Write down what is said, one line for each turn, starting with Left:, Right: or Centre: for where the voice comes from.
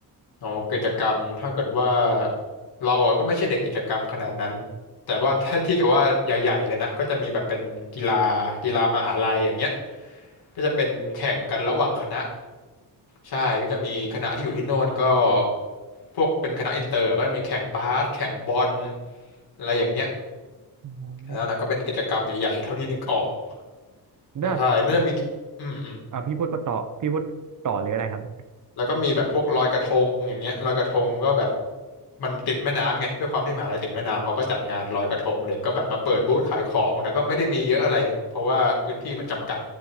Left: อ๋อกิจกรรมถ้าเกิดว่าเราอ่ะก็ไม่ใช่เด็กกิจกรรมขนาดนั้นแต่ว่า <laughs> ถ้าที่กับว่าใหญ่ๆเลยนะก็จะมีแบบเป็นกีฬากีฬามหาลัยอย่างเงี้ยก็จะเป็นแข่งกันระหว่างคณะใช่ก็จะมีคณะที่อยู่ที่โน่นก็พวกเป็นคณะอินเตอร์ก็จะมีแข่งบาสแข่งบอลอะไรอย่างเงี้ย
Right: อ๋อ
Left: อันนั้นก็เป็นกิจกรรมใหญ่ๆเท่าที่นึกออก
Right: แล้วแบบ
Left: ใช่น่าจะมีอืมอืม
Right: เอ่าพี่พูดก็ต่อพี่พูดต่อเลยก็ได้ครับ
Left: แล้วก็มีแบบพวกลอยกระทงอย่างเงี้ยลอยกระทงก็แบบมันติดแม่น้ำไงด้วยความที่มหาลัยติดแม่น้ำเขาก็จัดงานลอยกระทงเด็กก็แบบมาเปิดบูธขายของแต่ก็ไม่ได้มีเยอะอะไรเพราะว่าพื้นที่มันจำกัด